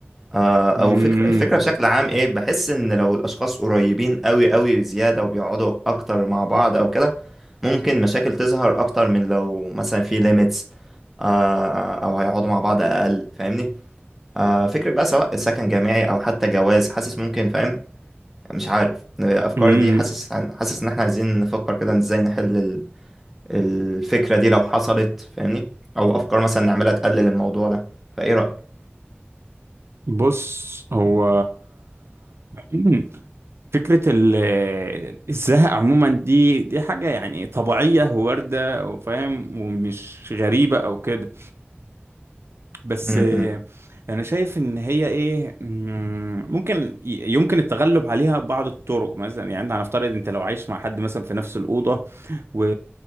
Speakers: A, in the centre; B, on the right.
A: آه،
B: مم.
A: او فكرة الفكرة بشكل عام ايه بحس ان لو الاشخاص قريبين قوي قوي بزيادة وبيقعدوا اكتر مع بعض او كده ممكن مشاكل تظهر اكتر من لو مثلا في ليميتس آه آه، او هيقعدوا مع بعض اقل فاهمني آه، فكرة بقى سواء سكن جامعي او حتى جواز حاسس ممكن فاهم مش عارف الافكار
B: مم.
A: دي حاسس حاسس ان احنا عايزين نفكر كده ازاي نحل ال- الفكرة دي لو حصلت فاهمني او افكار مثلا نعملها تقلل الموضوع ده فايه رأيك
B: بص هو مم. فكرة ال- الزهق عموما دي دي حاجة يعني طبيعية وواردة وفاهم ومش غريبة أو كده بس
A: م-
B: آه،
A: م.
B: أنا شايف إن هي إيه مم، ممكن ي- يمكن التغلب عليها ببعض الطرق مثلا يعني أنت هنفترض أنت لو عايش مع حد مثلا في نفس الأوضة و...